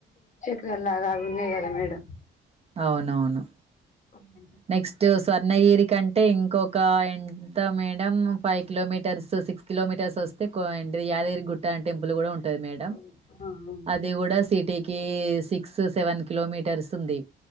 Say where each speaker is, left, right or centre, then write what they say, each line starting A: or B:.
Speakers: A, on the left; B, on the right.
A: క్రాల్లాలాగు ఉన్నాయి కదా మేడం
B: అవునవును
A: అ
B: నెక్స్ట్ స్వర్ణగిరి కంటే ఇంకొక ఎంత madam five kilometres six kilometres వస్తే అడి యాదగిరి గుట్ట అ టెంపుల్ కూడా ఉంటది మేడం
A: ఆ అవును
B: అది కూడా సిట్ ఇంటికి సిక్స్ సెవెన్ కిలోమీటర్స్ ఉంది